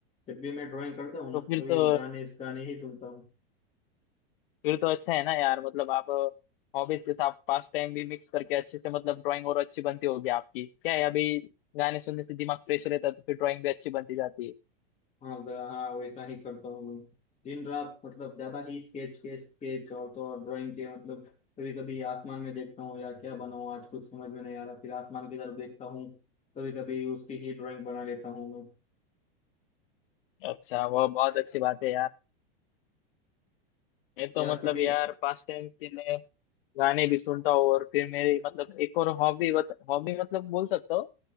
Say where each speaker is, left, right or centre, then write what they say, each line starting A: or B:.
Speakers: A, on the left; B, on the left.
A: जब भी मैं ड्राइंग करता हूँ
B: तो
A: ना
B: फिर
A: कभी
B: तो
A: गाने इस गाने ही सुनता हूँ
B: फिर तो अच्छा है ना यार मतलब आप हॉबीज के साथ पास टाइम भी मिक्स करके अच्छे से मतलब ड्राइंग और अच्छी बनती होगी आपकी क्या है अभी गाने सुनने से दिमाग फ्रेश रहता है तो फिर ड्राइंग भी अच्छी बनती जाती
A: हाँ ब- हाँ वैसा ही करता हूँ मैं दिन रात मतलब ज्यादा ही स्केच के स्केच और तो और ड्राइंग के मतलब कभी कभी आसमान में देखता हूँ यार क्या बनाऊँ आज कुछ समझ में नहीं आ रहा फिर आसमान की तरफ देखता हूँ कभी कभी उसकी ही ड्राइंग बना लेता हूँ मैं
B: है अच्छा वह बहुत अच्छी बात है यार मैं तो
A: यार
B: मतलब
A: कभी
B: यार पास टाइम के लिए गाने भी सुनता हूँ और फिर मेरी मतलब एक और हॉबी बत, हॉबी मतलब बोल सकता हूँ